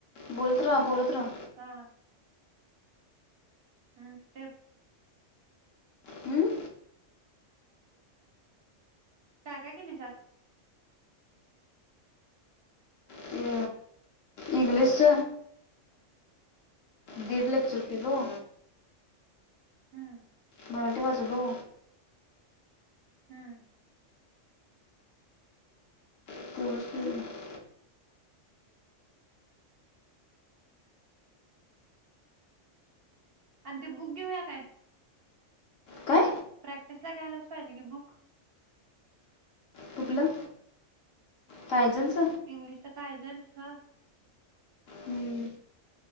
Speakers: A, on the left; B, on the right.
A: बोलत ऱ्हा, बोलत ऱ्हा
B: हा. हू तेप
A: हम्म.
B: काय काय केलीस आज?
A: ते इंग्लिशच दीड
B: हम्म
A: लेक्चर केलो.
B: हम्म.
A: मराठी वाचलो.
B: हम्म.
A: <unintelligible>
B: आणि ते बुक घेऊया काय?
A: काय
B: प्रॅक्टिस ला घ्यायलाच पाहिजे कि बुक
A: कुठलं? कायजनच
B: इंग्लिशच कायजण हा
A: हम्म